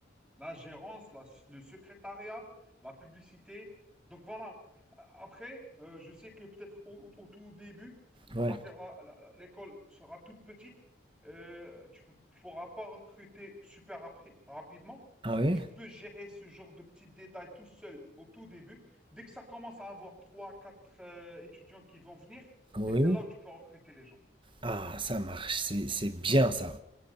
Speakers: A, in the centre; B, on the right.
A: la gérance, la- le secrétariat, la publicité. Donc voilà. Après, euh, je sais que peut-être au, au- au tout début, on
B: Ouais.
A: va dire la- la- la- l'école sera toute petite. Euh, tu ne pourras pas recruter super rapri- rapidement.
B: Ah oui?
A: Tu peux gérer ce genre de petits détails tout seul au tout début. Dès que ça commence à avoir trois, quatre euh, étudiants qui vont venir,
B: Oui.
A: et c'est là où tu peux recruter les gens.
B: Ah, ça marche, c'est c'est bien ça.